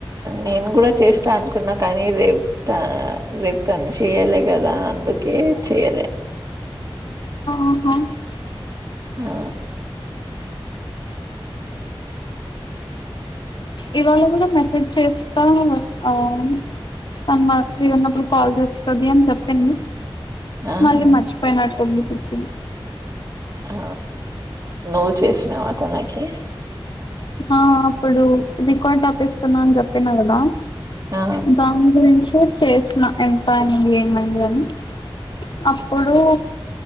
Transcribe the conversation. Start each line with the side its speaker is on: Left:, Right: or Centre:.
Right: నేను కూడా చేస్తా అనుకున్నా కానీ రేపుతా రేపుతాను చేయాల కదా అందుకే చేయాల
Left: ఆహ
Right: ఆ
Left: ఇవాళ కూడా మెసేజ్ చేస్తా ఆన్ తన్నా, ఫ్రీగ ఉన్నపుడు కాల్ చేస్తాది అని చెప్పింది.
Right: ఆహా
Left: మళ్ళీ మర్చిపోయినట్టుంది. పిచ్చిది
Right: ఆ నువ్వు చేసినావు అతనకి
Left: ఆ అప్పుడు రికార్డ్ తప్పిస్తున్నా అని చెప్పిన కదా
Right: ఆ
Left: దాని గురించి చేస్తున్నా ఎంత అన ఏమైందని అప్పుడు